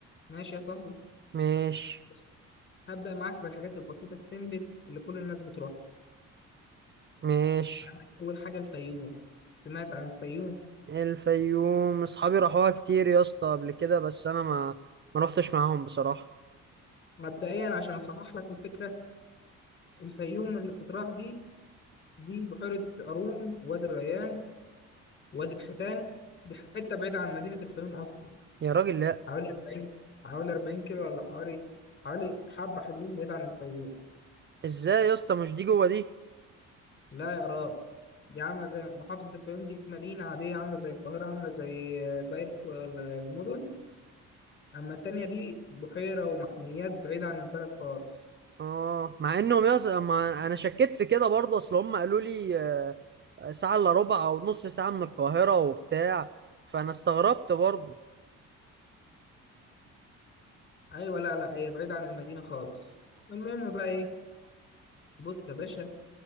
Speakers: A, on the left; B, on the right.
A: ماشي يا صاحبي؟
B: ماشي
A: بس هبدأ معاك بالحاجات البسيطة السيمبل اللي كل الناس بتروحها
B: ماشي
A: عندك أول حاجة الفيوم سمعت عن الفيوم
B: الفيوم اصحابي راحوها كتير يا اسطى قبل كده بس انا ما ما رحتش معاهم بصراحه
A: مبدئيا عشان أصحح لك الفكرة الفيوم اللي بتتراح دي دي بحيرة قارون وادي الريان وادي الحيتان دي حتة بعيدة عن مدينة الفيوم أصلا
B: يا راجل لا
A: حوالي 40 حوالي 40 كيلو ولا حوالي حوالي حبة حلوين بعيد عن الفيوم
B: ازاي يا اسطى مش دي جوه دي
A: لا يا راب دي عاملة زي محافظة الفيوم دي مدينة عادية عاملة زي القاهرة عاملة زي باقي المدن أما التانية دي بحيرة ومحميات بعيدة عن البلد خالص
B: اه مع انهم يص... ما انا شكيت في كده برضه اصل هم قالوا لي آه، ساعه الا ربع او نص ساعه من القاهره وبتاع فانا استغربت برضه
A: أيوة لا لا هي بعيدة عن المدينة خالص المهم بقى إيه بص يا باشا